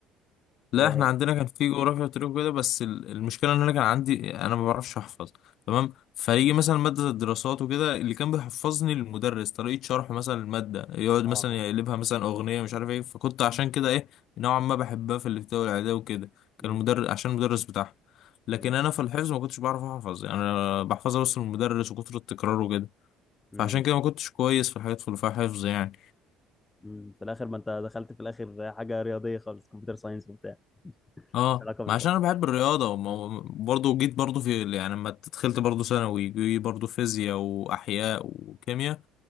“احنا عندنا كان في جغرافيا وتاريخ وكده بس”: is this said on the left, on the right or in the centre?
Left